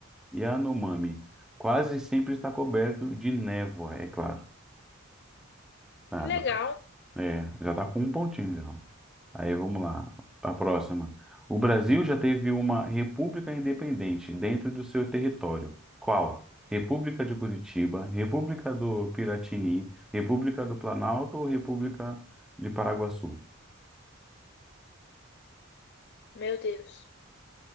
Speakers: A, in the centre; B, on the left.
A: Yanomami. Quase sempre está coberto de névoa, é claro. Ah,
B: Que legal.
A: é, já tá com um pontinho, então. Aí vamos lá, a próxima. O Brasil já teve uma república independente dentro do seu território. Qual? República de Curitiba, República do Piratini, República do Planalto ou República de Paraguaçu?
B: Meu Deus.